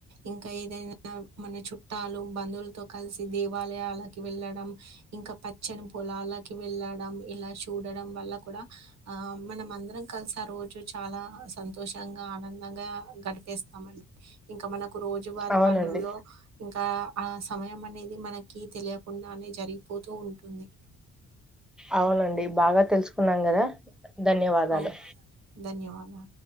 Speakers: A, on the right; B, in the centre.
A: ఇంకా ఏదైనా మన చుట్టాలు బంధువులతో కలిసి దేవాలయాలకి వెళ్ళడం ఇంకా పచ్చని పొలాలకి వెళ్ళడం ఇలా చూడడం వల్ల కూడా ఆ మనం అందరం కలిసి ఆ రోజు చాలా సంతోషంగా ఆనంద దంగా గడిపేస్తామండి ఇంకా మనకు రోజువారి
B: అవునండి
A: పనుల్లో ఇంకా ఆ సమయం అనేది మనకి తెలియకుండానే జరిగిపోతూ ఉంటుంది
B: అవునండి బాగా తెలుసుకున్నాం కదా ధన్యవాదాలు
A: అవును. ధన్యవాదాలు.